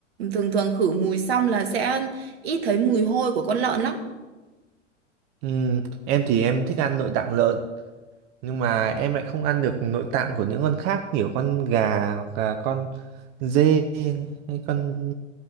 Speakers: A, on the right; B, on the right.
A: Thường thường khử mùi xong là sẽ ít thấy mùi hôi của con lợn lắm.
B: Ừ, em thì em thích ăn nội tạng lợn nhưng mà em lại không ăn được nội tạng của những con khác kiểu con gà hoặc là con dê hay con